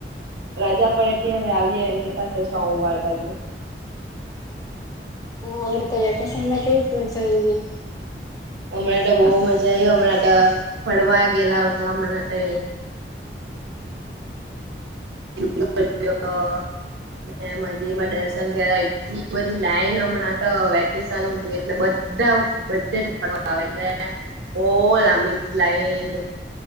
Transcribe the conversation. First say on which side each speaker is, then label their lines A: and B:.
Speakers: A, on the right; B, on the left.
A: પ્રજા પણ અત્યારે આવીએે, એમ કે પાસે સોમવાર બાજુ
B: અવડે, તો વેક્શનમાં કેવીક મજા આયવી
A: હમણાં તો બોવ મજા આઈ હમણાંટ ફડવા ગેલા હોતા હમણાં તે <inaudible> અ ને મંદિરમાં દર્શન કરવા એટલી બધી લાઈન હમણાં તો વેકેશન હોતું એટલે બધ ધા બધેથી આવેને બો લાંબી લાઈન